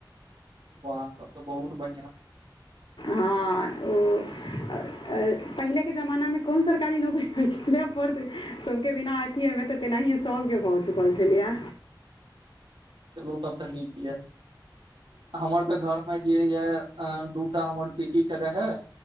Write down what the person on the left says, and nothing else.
हँ ओ-अ-अ पहिलेके जमानामे कोन सरकारी नौकरी होइ। <unintelligible> थोरके थोरके बिना एथि हमे तऽ तेनाहि सबके भऽ चुकल छलै या।